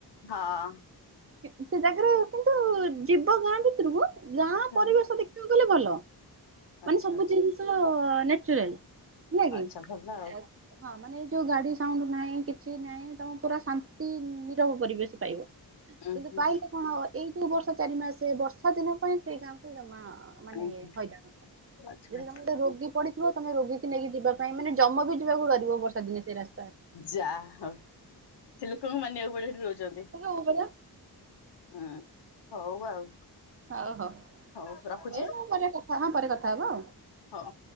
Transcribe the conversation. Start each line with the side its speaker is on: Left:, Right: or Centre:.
Left: ହଁ।
Right: ସେ ଜାଗାରୁ କିନ୍ତୁ ଯିବ ଗାଁ ଭିତରୁକୁ ଗାଁ
Left: ହୁଁ
Right: ପରିବେଶ ଦେଖ ଦେଖିବାକୁ ଗଲେ ଭଲ
Left: ଆଚ୍ଛା
Right: ମାନେ ସବୁ
Left: ଆଚ୍ଛା
Right: ଜିନିଷ ନେଚୁରାଲ। ହେଲାଗି
Left: ଆଚ୍ଛା ଭଲ ଆଉ
Right: ଏତ ହଁ ମାନେ ଏଇ ଯୋଉ ଗାଡି ସାଉଣ୍ଡ ନାହିଁ କିଛି ନାହିଁ ତମେ ପୁରା ଶାନ୍ତି ନିରବ ପରିବେଶ ପାଇବ। କିନ୍ତୁ
Left: ଉଁ ହୁଁ
Right: ପାଇଲେ କଣ ହବ ଏଇ ଯୋଉ ବର୍ଷ ଚାରି ମାସେ ବର୍ଷା ଦିନ ପାଇଁ ସେଇ ଗାଁକୁ ଜମା ମାନେ
Left: ଉଁ ହୁଁ
Right: ଏ ହଇରାଣ ପୁରା
Left: ଆଚ୍ଛା
Right: ଯଦି
Left: ଆଚ୍ଛା
Right: ତମର ରୋଗୀ ପଡି କୁଅ ତମେ ରୋଗୀ କି ନେଇକି ଯିବା ପାଇଁ ମାନେ ଜମ ବି ଯିବାକୁ ଡରିବ ବର୍ଷା ଦିନ ସେ ରାସ୍ତା।
Left: ଯା ହଉ ସେ ଲୋକଙ୍କୁ ମାନିବାକୁ ପଡିବ ସେଠି ରହୁଛନ୍ତି।
Right: ହଉ ପରା
Left: ଉଁ ହଉ ଆଉ।
Right: ହଉ ହଉ
Left: ହଉ ରଖୁଛି
Right: ଏଇ ଆଉ ପରେ କଥା ହଁ ପରେ କଥା ହବ ଆଉ।
Left: ହ।